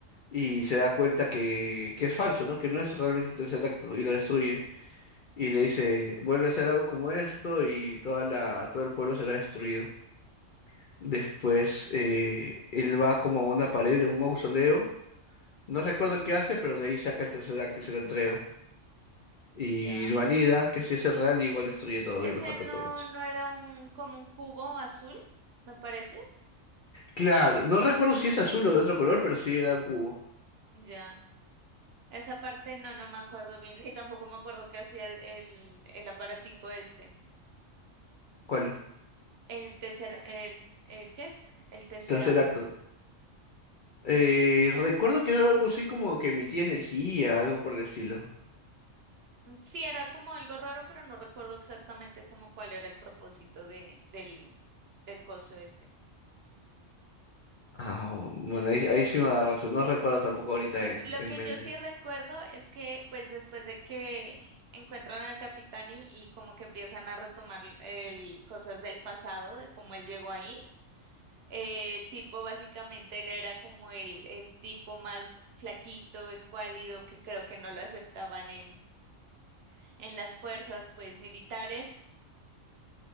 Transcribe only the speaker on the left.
y se da cuenta que, que es falso, ¿no? Que no es realmente el tercer acto y lo destruye y le dice, vuelve a hacer algo como esto y toda la, todo el pueblo será destruido. Después eh, él va como a una pared de un mausoleo, no recuerdo qué hace, pero de ahí saca el tercer acto y se lo entrega. Y
valida que si es el real, igual destruye todo
y los mata
a todos.
Claro, no recuerdo si es azul o de otro color, pero sí era un cubo.
¿Cuál?
Tercer
acto. Eh, recuerdo que era algo así como que emitía energía, algo por el estilo.
Ah, bueno, ahí, ahí sí me da razón. No recuerdo tampoco ahorita
en,
en
mente.